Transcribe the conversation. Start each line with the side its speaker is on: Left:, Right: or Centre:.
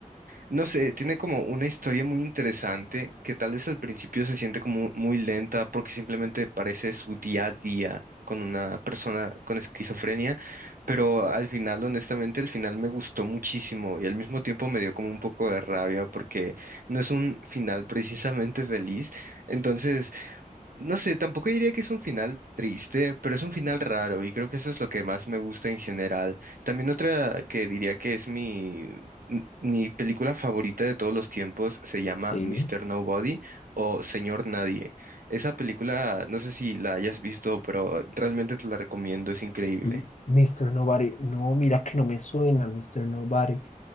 Right: no sé, tiene como una historia muy interesante que tal vez al principio se siente como muy lenta porque simplemente parece su día a día con una persona con esquizofrenia, pero al final, honestamente, el final me gustó muchísimo y al mismo tiempo me dio como un poco de rabia porque no es un final precisamente feliz. Entonces, no sé, tampoco diría que es un final triste, pero es un final raro y creo que eso es lo que más me gusta en general. También otra que diría que es mi, m- mi película favorita de todos los tiempos se llama
Left: Sí.
Right: Mister Nobody o Señor Nadie. Esa película, no sé si la hayas visto, pero realmente te la recomiendo, es increíble.
Left: Mm, Mr. Nobody. No, mira que no me suena, Mr. Nobody.